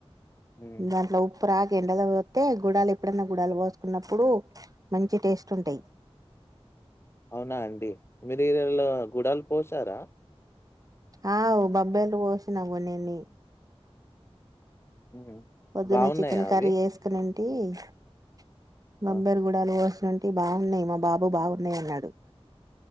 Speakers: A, on the left (about 25°); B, on the right (about 35°).
A: హ్మ్.
B: దంట్ల ఉప్పు రాసి ఎండలో పోస్తే గుడాలు ఎప్పుడనా గుడలు పోసుకున్నప్పుడు మంచి టేస్ట్ ఉంటాయి
A: అవునా అండి మీరు ఈరెలో గుడలు పోసారా
B: ఆ బబ్బర్లు పోసిన గినన్ని
A: హ్మ్.
B: పొద్దున్న
A: బాగున్నాయా
B: చికెన్ కర్రీ
A: అవి?
B: వేసుకునిండి టీ మంబెర్
A: ఆహా!
B: గుడాలు నుడి బాగున్నాయి మా బాబు బాగున్నాయి అన్నాడు